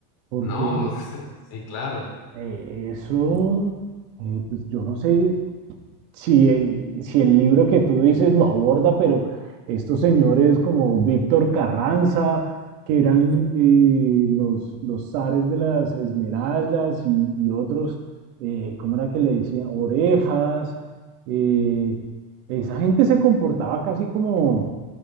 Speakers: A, on the right; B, on the left.
A: Porque
B: No, <laughs> sí, claro.
A: eh, eso, eh, pues yo no sé, si, eh, si el libro que tú dices lo aborda, pero estos señores como Víctor Carranza, que eran eh, los, los zares de las Esmeraldas y, y otros, eh, ¿cómo era que le decían? Orejas. eh, esa gente se comportaba casi como,